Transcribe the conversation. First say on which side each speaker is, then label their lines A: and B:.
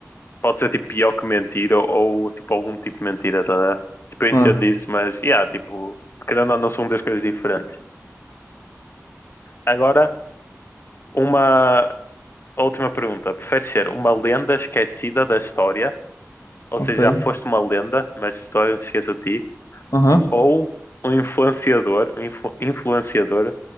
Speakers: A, on the left; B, on the left.
A: pode ser tipo pior que mentira ou, ou, tipo algum tipo de mentira, tá? a ver? Tipo, eu entendo
B: Ah,
A: isso, mas yeah, tipo, querendo ou não são duas coisas diferentes. Agora, uma última pergunta. Preferes ser uma lenda esquecida da história, ou
B: ok.
A: seja, já foste uma lenda, mas a história se esquece de ti,
B: Aham.
A: ou um influenciador, um influ- influenciador